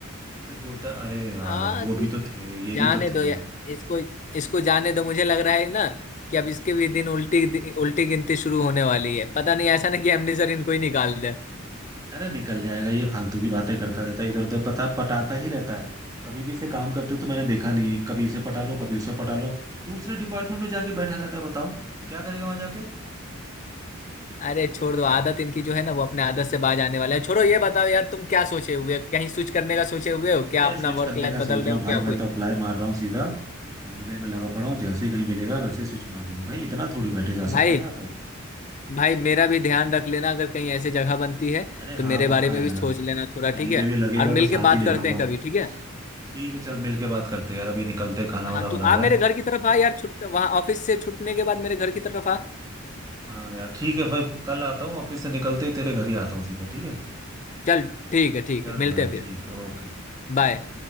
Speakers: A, on the right; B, on the left.
A: फिर बोलता है अरे यार
B: आ,
A: वो भी तो थे ये
B: जाने
A: भी तो थे
B: दो यार इसको इसको जाने दो मुझे लग रहा है ना कि अब इसके भी दिन उल्टी उल्टी गिनती शुरू होने वाली है पता नहीं ऐसा नहीं कि एमडी सर इनको ही निकाल दे
A: अरे निकल जाएगा ये फालतू की बातें करता रहता है इधर उधर पता पटाता ही रहता है कभी भी इसे काम करते तो मैंने देखा नहीं कभी इसे पटा लो कभी उसे पटा लो दूसरे डिपार्टमेंट में जाके बैठा रहता है बताओ क्या करेगा वहां जाके
B: अरे छोड़
A: पता
B: दो आदत
A: नहीं कर
B: इनकी जो है ना वो अपने आदत से बाज आने वाला है छोड़ो ये बताओ यार तुम क्या सोचे हुए हो? कहीं स्विच करने का सोचे हुए हो
A: अरे
B: क्या अपना
A: स्विच करने
B: वर्क लाइफ
A: का
B: बदल
A: सोच
B: रहे
A: रहा हूँ
B: हो
A: भाई
B: क्या
A: मैं
B: कोई
A: तो अप्लाई मार रहा हूँ सीधा ढूंढने में लगा पड़ा हूँ जैसे ही कहीं मिलेगा वैसे ही स्विच मार दूंगा भाई इतना थोड़ी बैठे जा
B: भाई
A: सकता है यहाँ पे
B: भाई मेरा भी ध्यान रख लेना अगर कहीं ऐसी जगह बनती है
A: अरे हाँ
B: तो मेरे
A: पक्का
B: बारे में
A: यार
B: भी सोच लेना थोड़ा
A: कहीं
B: ठीक
A: पे
B: है
A: भी लगेगा
B: और मिल
A: तो साथ
B: के बात
A: ही ले
B: करते
A: जाऊंगा
B: हैं कभी ठीक है
A: ठीक है चल मिल के बात करते हैं यार अभी निकलते हैं, खाना
B: हाँ
A: वाना
B: तू
A: बनाना
B: आ मेरे
A: है
B: घर की तरफ आ यार छुट वहाँ ऑफिस से छुटने के बाद मेरे घर की तरफ आ
A: हाँ यार ठीक है फिर कल आता हूँ ऑफिस से निकलते ही तेरे घर ही आता हूँ सीधा ठीक है
B: चल ठीक है ठीक
A: चल
B: है मिलते
A: भाई
B: हैं फिर
A: ठीक है ओके
B: बाय